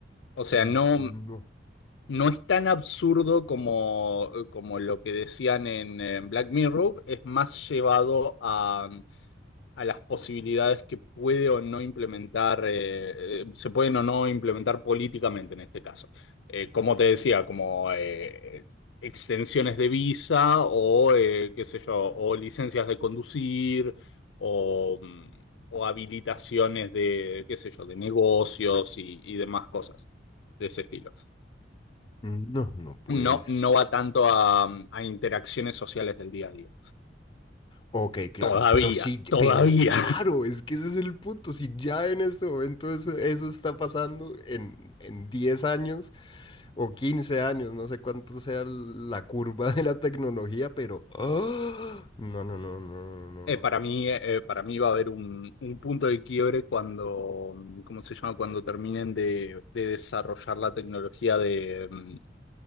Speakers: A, on the left (about 75°); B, on the left (about 25°).
A: O sea,
B: No,
A: no, no es tan absurdo como, como lo que decían en, eh, Black Mirror, es más llevado a, a las posibilidades que puede o no implementar, eh, eh, se pueden o no implementar políticamente en este caso. Eh, como te decía, como eh, extensiones de visa o, eh, qué sé yo, o licencias de conducir o, mm, o habilitaciones de, qué sé yo, de negocios y y demás cosas de ese estilo.
B: no, no puedes.
A: No, no va tanto a, a interacciones sociales del día a día.
B: Ok, claro,
A: Todavía,
B: pero sí,
A: todavía.
B: pero claro, es que ese es el punto. Si ya en este momento eso, eso está pasando en, en 10 años o 15 años, no sé cuánto sea la curva de la tecnología, pero... ¡ah! No, no, no, no, no, no.
A: Eh, para
B: no.
A: mí, eh, eh, para mí va a haber un, un punto de quiebre cuando, mm, ¿cómo se llama? Cuando terminen de, de desarrollar la tecnología de, mm,